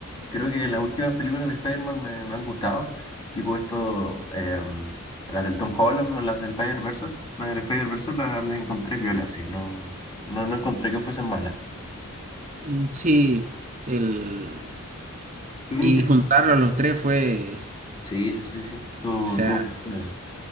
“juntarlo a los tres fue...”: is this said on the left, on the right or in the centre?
Right